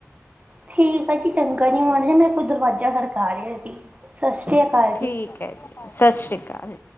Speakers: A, on the right (about 30°); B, on the left (about 40°).
A: ਠੀਕ ਆ ਜੀ, ਚੰਗਾ ਜੀ, ਮਾੜਾ ਜਾ ਮੇਰਾ ਕੋਈ ਦਰਵਾਜ਼ਾ ਖੜਕਾ ਰਿਹਾ ਸੀ। ਸਾਸਰੀ ਕਾਲ।
B: ਠੀਕ ਏ, ਸਤਿ ਸ਼੍ਰੀ ਅਕਾਲ।